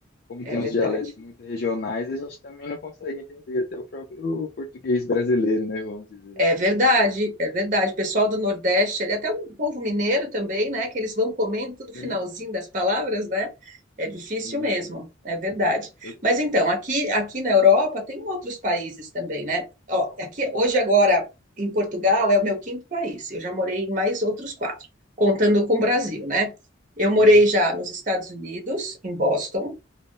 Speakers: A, on the left (about 55°); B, on the right (about 45°).
A: como
B: É
A: tem
B: verdade.
A: uns dialetos muito regionais, a gente também não consegue entender até o próprio português brasileiro, né? Vamos dizer.
B: É verdade, é verdade. O pessoal do Nordeste, ele até um povo mineiro também, né? Que eles vão comendo tudo
A: Sim,
B: finalzinho das palavras, né? É difícil
A: sim,
B: mesmo,
A: sim.
B: é verdade.
A: Eu...
B: Mas então, aqui, aqui na Europa tem outros países também, né? Ó, aqui hoje agora em Portugal é o meu quinto país. Eu já morei em mais outros quatro, contando com o
A: Não,
B: Brasil,
A: que legal.
B: né? Eu morei
A: Uhum.
B: já nos Estados Unidos, em Boston.